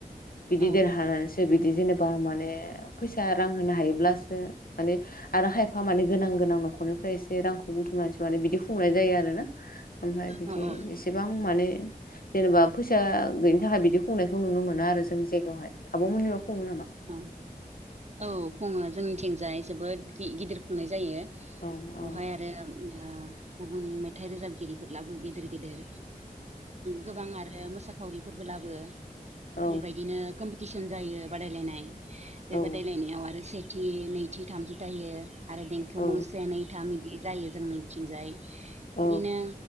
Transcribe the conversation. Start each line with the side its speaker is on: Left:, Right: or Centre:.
Left: बिदि
Right: औ
Left: देरहानानैसो बिदि जेनेबा माने फैसा रां होनो हायोब्लासो माने आरो खायफा माने गोनां गोनां नखरनिफ्राय एसे रांखौ बुथुमनानैसो माने बिदि खुंनाय जायो आरोना। ओमफ्राय बिदि
Right: औ औ
Left: एसेबां माने जेनेबा फैसा गैयिनि थाखाय बिदि खुंनायखौ नुनो मोना आरो जोंनि जायगायावहाय आब' मोननियाव खुङो नामा?
Right: अ औ खुङो जोंनिथिंजाय जोबोद गिदिर खुंनाय जायो।
Left: औ औ
Right: बहाय आरो ओ गुबुन मेथाइ रोजाबगिरिफोर लाबो गेदेर गेदेर। गोबां आरो मोसा खावरिफोरबो लाबो
Left: औ
Right: बेबायदिनो कम्पिटिसन जायो बादाय लायनाय बे
Left: औ
Right: बादायलायनायाव आरो से थि नैथि थामथि थायो आरो देंखो
Left: औ
Right: मु से नै थाम इदि जायो जोंनिथिंजाय।
Left: औ
Right: बिदिनो